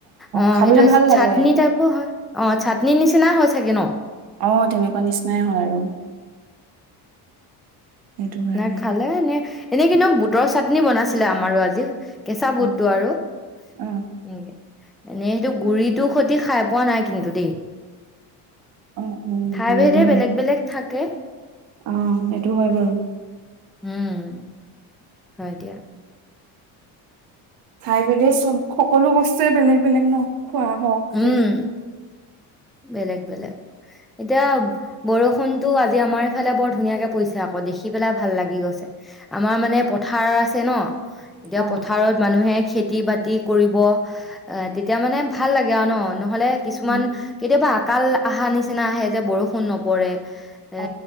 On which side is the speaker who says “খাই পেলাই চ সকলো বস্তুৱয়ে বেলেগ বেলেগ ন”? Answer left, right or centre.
Right